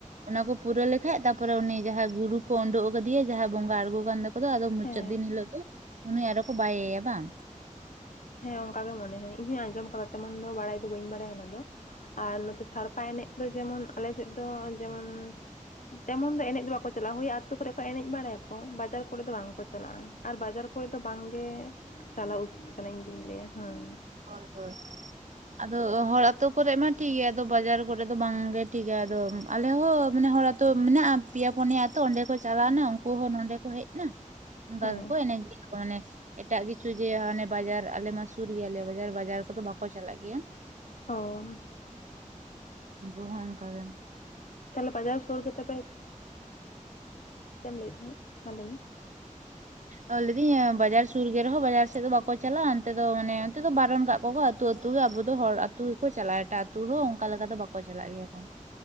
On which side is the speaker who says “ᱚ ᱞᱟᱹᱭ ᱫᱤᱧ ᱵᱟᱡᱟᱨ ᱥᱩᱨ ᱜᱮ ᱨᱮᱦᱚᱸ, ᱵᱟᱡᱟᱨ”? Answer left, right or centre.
Right